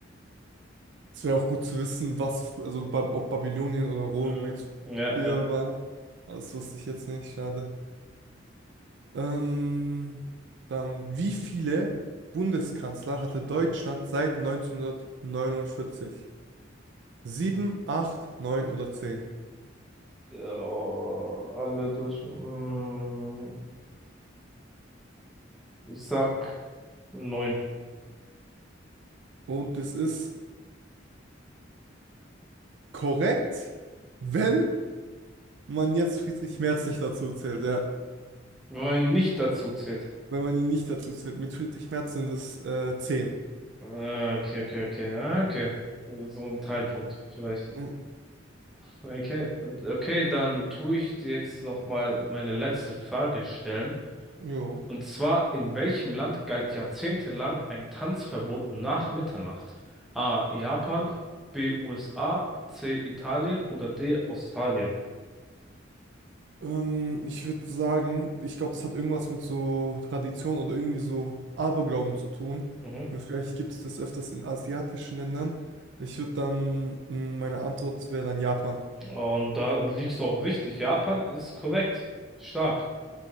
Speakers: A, on the right; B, in the centre.
A: Es wäre auch gut zu wissen, was, fr- also ba ob Babylonien oder Rom
B: Mhm.
A: jetzt
B: Ja,
A: früher
B: ja.
A: war. Aber Das wusste ich jetzt nicht, schade. Ähm, dann, wie viele Bundeskanzler hatte Deutschland seit 1949? Sieben, acht, neun oder zehn?
B: Ja, alle durch. Mm, Ich sag neun.
A: Und das ist korrekt, wenn man jetzt Friedrich Merz nicht dazu zählt, ja.
B: Weil nicht dazu zählt.
A: Wenn man ihn nicht dazu zählt. Mit Friedrich Merz sind es äh, zehn.
B: Ah, Okay, okay, okay. Ah, Okay. So ein Teilpunkt vielleicht.
A: Mhm.
B: Okay, okay, dann tue ich dir jetzt nochmal meine letzte Frage stellen.
A: Jo.
B: Und zwar, in welchem Land galt jahrzehntelang ein Tanzverbot nach Mitternacht? A. Japan, B. USA, C. Italien oder D. Australien?
A: Ähm, ich würde sagen, ich glaube, das hat irgendwas mit so Tradition oder irgendwie so Aberglauben zu tun.
B: Mhm.
A: Und vielleicht gibt es das öfters in asiatischen Ländern. Ich würde dann, mh, meine Antwort wäre dann Japan.
B: Und da liegst du auch richtig. Japan ist korrekt. Stark.